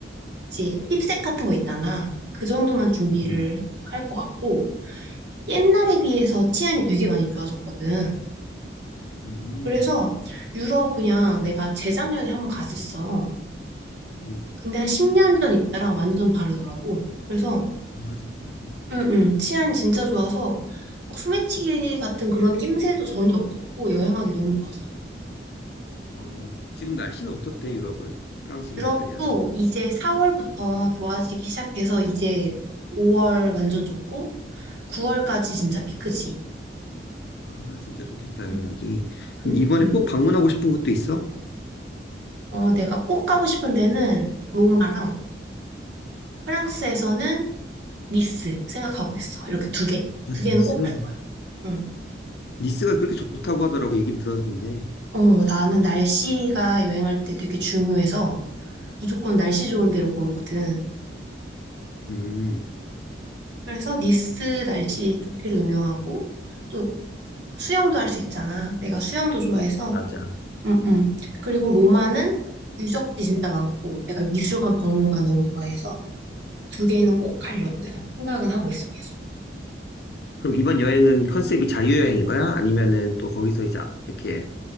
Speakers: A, on the right; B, on the left.
A: 이제 힙색 같은 거 있잖아. 그 정도만 준비를
B: 음,
A: 할 것 같고, 옛날에 비해서 치안이 되게 많이 좋아졌거든.
B: 음,
A: 그래서 유럽 그냥 내가 재작년에 한번 갔었어.
B: 음.
A: 근데 한 10년 전 이때랑 완전 다르더라고. 그래서,
B: 아, 진짜?
A: 응, 응, 치안 진짜 좋아서 막 소매치기 같은 그런 낌새도 전혀 없었고, 여행하기 너무 좋았어.
B: 어, 지금 날씨는 어떻대, 유럽은? 프랑스랑
A: 유럽도
B: 이탈리아는?
A: 이제 4월부터 좋아지기 시작해서 이제 5월 완전 좋고 9월까지 진짜 피크지.
B: 아, 진짜 좋겠다,
A: 응.
B: 여기.
A: 그-
B: 이번에
A: 응.
B: 꼭 방문하고 싶은 곳도 있어?
A: 어, 내가 꼭 가고 싶은 데는 로마랑 프랑스에서는 니스 생각하고 있어. 이렇게 두 개.
B: 아,
A: 두 개는
B: 니스.
A: 꼭 갈 거야. 응.
B: 니스가 그렇게 좋다고 하더라고, 얘기 들었는데.
A: 어, 나는 날씨가 여행할 때 되게 중요해서 무조건 날씨 좋은 데를 고르거든.
B: 음.
A: 그래서 니스 날씨 좋기로 유명하고 또 수영도 할 수 있잖아. 내가 수영도 좋아해서
B: 맞아.
A: 음, 음. 그리고 로마는 유적지 진짜 많고, 내가 미술관, 박물관 너무 좋아해서 두 개는 꼭 가려고 내가 생각은 하고 있어, 계속.
B: 그럼 이번 여행은 컨셉이 자유여행인 거야? 아니면은 또 거기서 이제 이렇게